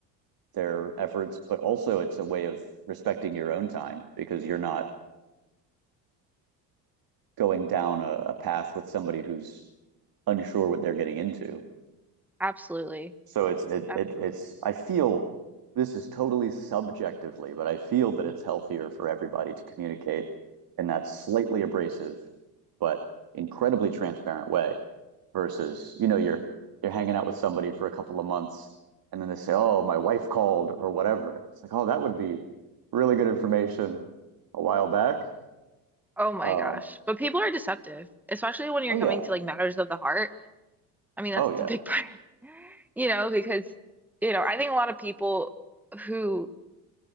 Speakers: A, on the right (about 50°); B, in the centre.
A: their efforts, but also it's a way of respecting your own time because you're not going down a, a path with somebody who's unsure what they're getting into.
B: absolutely.
A: So it's it
B: Absolutely.
A: it it's I feel this is totally subjectively, but I feel that it's healthier for everybody to communicate in that slightly abrasive but incredibly transparent way versus, you know, you're you're hanging out with somebody for a couple of months and then they say, "Oh, my wife called" or whatever. It's like, "Oh, that would be really good information a while back."
B: Oh my
A: Um,
B: gosh. But people are deceptive, especially when you're
A: oh yeah.
B: coming to like matters of the heart. I mean,
A: Oh
B: that's
A: yeah.
B: the big part, <laughs> you know, because, you know, I think a lot of people who,